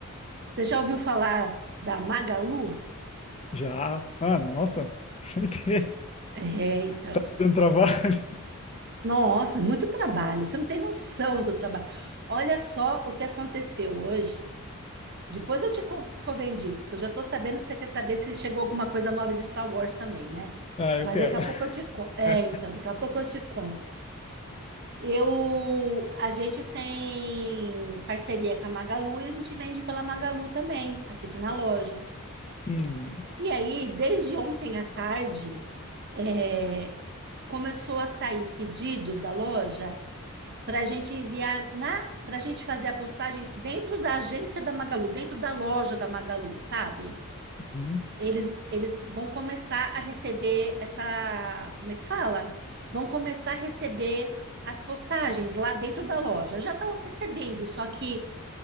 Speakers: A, on the right; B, on the left.
A: Você já ouviu falar da Magalu?
B: Já. Ah, nossa. <laughs> Certeza.
A: É, então.
B: Tá te dando trabalho? <laughs>
A: Nossa, muito trabalho. Você não tem noção do trabalho. Olha só o que aconteceu hoje. Depois eu te conto o que que eu vendi, porque eu já estou sabendo que você quer saber se chegou alguma coisa nova de Star Wars também, né?
B: Ah, eu
A: Mas
B: quero.
A: daqui a pouco eu te conto. É,
B: <laughs>
A: então, daqui a pouco eu te conto. Eu, a gente tem parceria com a Magalu e a gente vende pela Magalu também, aqui na loja.
B: Hum,
A: E aí, desde ontem à tarde, é, começou a sair pedido da loja para a gente enviar na, para a gente fazer a postagem dentro da agência da Magalu, dentro da loja da Magalu, sabe?
B: hum.
A: Eles, eles vão começar a receber essa, como é que fala? Vão começar a receber as postagens lá dentro da loja. Já estão recebendo, só que